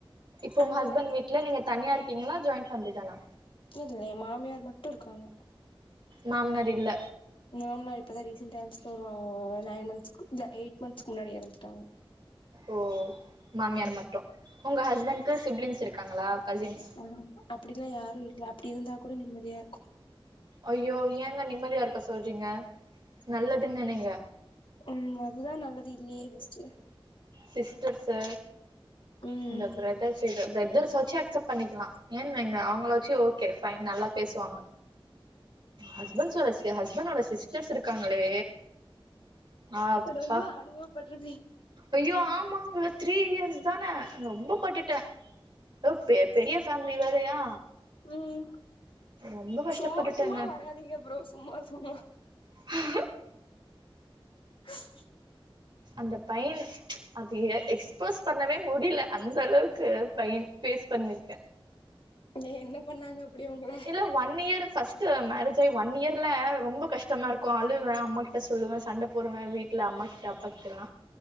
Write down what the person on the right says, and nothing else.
இப்ப உங்க
ஹஸ்பண்ட்
வீ்ட்ல நீங்க தனியா இருக்கீங்களா ஜாயின் ஃபேம்லி தானா
மாம்னார் இல்ல
ஓ மாமியார்
மட்டு உங்க ஹஸ்பண்ட்கு சிப்லிங்ஸ் இருக்காங்ளா கசின்ஸ்
ஐயோ ஏங்க நிம்மதியா இருக்க சொல்றீங்க நல்லது நென்னனைங்க
சிஸ்டர்சு
இந்த பிரதர்ஸ்சு சைடு பிரதர்ஸ் ஆச்சு அட்சாப் பண்ணிக்கலா ஏன் வைங்க அவுங்களச்சு ஓகே பைன் நல்லா பேசுவாங்க ஹஸ்பண்ட்ஸ்டோ ஹஸ்பண்டோட சிஸ்டர்ஸ்சு இருக்காங்களே அப்பா
ஐயோ ஆமாங்க த்ரீ இயர்ஸ் தானே ரொம்ப பட்டுட்டே ஓ பெ பெரிய ஃபேமிலி வேறயா
ரொம்ப கஷ்டப்பட்டுட்டேங்க
<unintelligible>
அந்த பையா அது எக் எக்ஸ்போஸ்சு பண்ணவே முடியல அந்த அளவுக்கு பையன் பேஸ் பண்ணிருக்கே
இல்ல ஒன் இயர் பஸ்ட்டு மேரேஜ் ஆயி ஒன் இயர்ல ரொம்ப கஷ்டமா இருக்கு அழுவே அம்மாக் சொல்லுவே சண்டை போடுவே வீட்டுல அம்மா கிட்ட அப்பா கிட்டலா